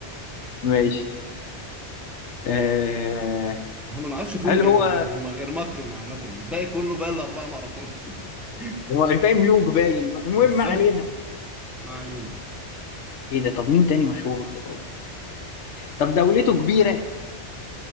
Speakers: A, on the left; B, in the centre.
A: <laughs> ماشي آه
B: انا ما نعرفش فيهم
A: هل
B: غير
A: هو
B: غير ما غير ماكرون عامة الباقي كله بقى الأربعة ما اعرفهمش <laughs>
A: هو الباقي ملوك باين المهم
B: بالظبط
A: ما علينا
B: ما علينا
A: ايه ده طب مين تاني مشهور في أوروبا طب دولته كبيرة